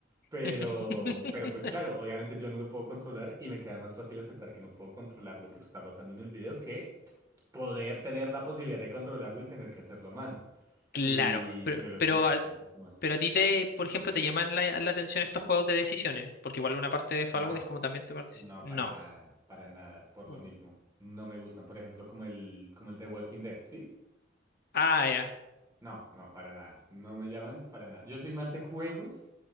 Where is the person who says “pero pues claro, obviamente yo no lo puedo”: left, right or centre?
Right